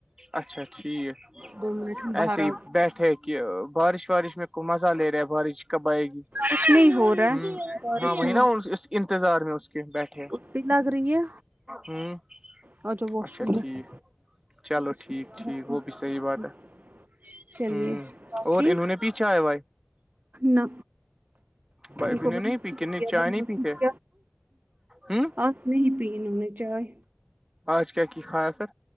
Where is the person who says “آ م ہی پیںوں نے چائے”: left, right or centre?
Right